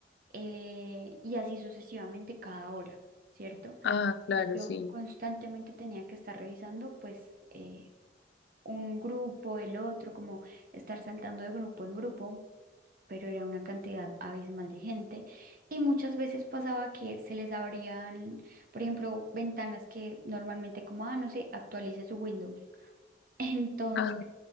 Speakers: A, on the right; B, on the left.
A: eh, y así sucesivamente cada hora, ¿cierto?
B: Ah, claro,
A: Entonces yo
B: sí.
A: constantemente tenía que estar revisando pues eh, un grupo, el otro, como estar saltando de grupo en grupo, pero era una cantidad abismal de gente y muchas veces pasaba que se les abrían, por ejemplo, ventanas que normalmente como, ah, no sé, actualice su Windows. Entonces,
B: Ah,